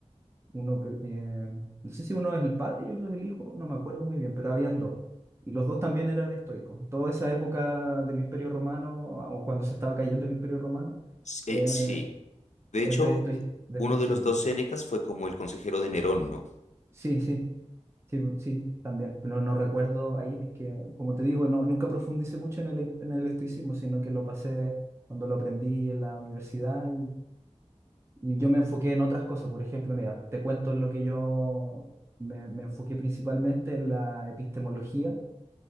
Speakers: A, on the right (about 20°); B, on the left (about 80°).
A: uno, cre- eh, no sé si uno es el padre y otro es el hijo, no me acuerdo muy bien, pero habían dos. Y los dos también eran estoicos. Toda esa época del Imperio Romano, o cuando se estaba cayendo el Imperio Romano,
B: S- eh,
A: eh,
B: sí. De hecho,
A: es de, estoi- de
B: uno
A: estoicismo.
B: de los dos Sénecas fue como el consejero de Nerón, ¿no?
A: Sí, sí, sí, sí, también. Pero no recuerdo ahí, es que, como te digo, no, nunca profundicé mucho en el, en el estoicismo, sino que lo pasé cuando lo aprendí en la universidad Y yo me enfoqué en otras cosas, por ejemplo, mira, te cuento en lo que yo me, me enfoqué principalmente en la epistemología